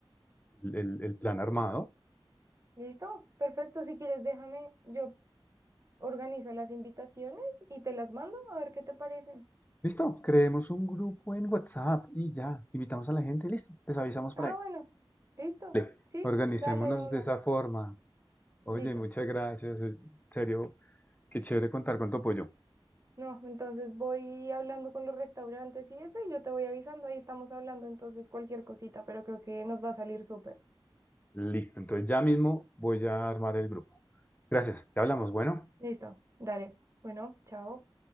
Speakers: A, on the left (about 20°); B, on the right (about 30°).
A: el, el- el plan armado.
B: Listo, perfecto, si quieres déjame, yo Organizo las invitaciones y te las mando a ver qué te parecen.
A: Listo, creemos un grupo en WhatsApp y ya, invitamos a la gente, listo, les avisamos para
B: Ah,
A: ahí.
B: bueno, listo.
A: Vale,
B: Sí,
A: organicémonos
B: dale de una.
A: de esa forma. Oye,
B: Listo.
A: muchas gracias, en serio, qué chévere contar con tu apoyo.
B: No, entonces voy hablando con los restaurantes y eso y yo te voy avisando. Ahí estamos hablando entonces cualquier cosita, pero creo que nos va a salir súper.
A: Listo, entonces ya mismo voy a armar el grupo. Gracias, te hablamos, bueno.
B: Listo, dale. Bueno, chao.